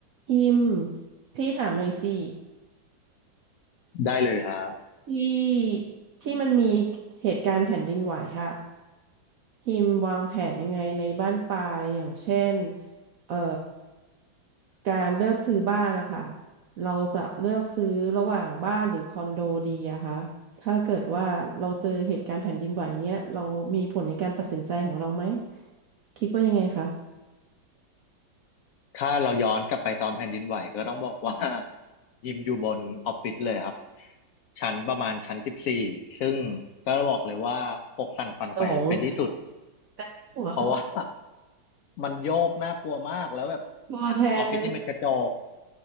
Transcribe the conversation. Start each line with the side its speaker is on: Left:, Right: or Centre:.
Right: พิมพ์พี่ถามหน่อยสิ
Left: ได้เลยครับ
Right: ที่ที่มันมีเหตุการณ์แผ่นดินไหวอะพิมพ์วางแผนยังไงในบ้านปลายอย่างเช่นเอ่อการเลือกซื้อบ้านนะคะเราจะเลือกซื้อระหว่างบ้านหรือคอนโดดีอะคะถ้าเกิดว่าเราเจอเหตุการณ์แผ่นดินไหวอย่างเงี้ยเรามีผลในการตัดสินใจของเราไหมคิดว่ายังไงคะ
Left: ถ้าเราย้อนกลับไปตอนแผ่นดินไหวก็ต้องบอกว่า <laughs> ยิมอยู่บนออฟฟิศเลยครับชั้นประมาณชั้นสิบสี่ซึ่งก็บอกเลยว่าอกสั่นขวัญแขวนเป็นที่สุด
Right: โตง <laughs> แต่หัว
Left: เพราะว่า <laughs> มันโยกน่ากลัวมากแล้วแบบ
Right: ตัวแทนเลย
Left: ออฟฟิศนี่เป็นกระจก